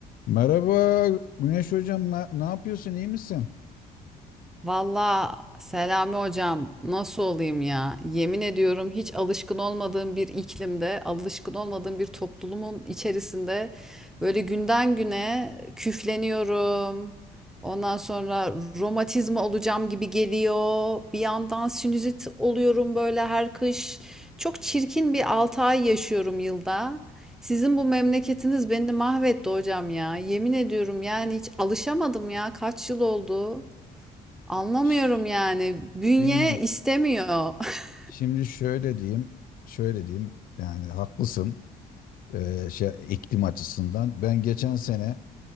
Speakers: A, on the left; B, in the centre.
A: Merhaba Güneş Hocam, ne, ne yapıyorsun, iyi misin?
B: Valla Selami hocam nasıl olayım ya? Yemin ediyorum hiç alışkın olmadığım bir iklimde, alışkın olmadığım bir toplumun içerisinde böyle günden güne küfleniyorum. Ondan sonra romatizma olacağım gibi geliyor. Bir yandan sinüzit oluyorum böyle her kış. Çok çirkin bir 6 ay yaşıyorum yılda. Sizin bu memleketiniz beni mahvetti hocam ya. Yemin ediyorum yani hiç alışamadım ya. Kaç yıl oldu? Anlamıyorum
A: Ya ş-
B: yani. Bünye
A: Şimdi,
B: istemiyor. <laughs>
A: şimdi şöyle diyeyim, şöyle diyeyim, yani haklısın e, şey iklim açısından. Ben geçen sene,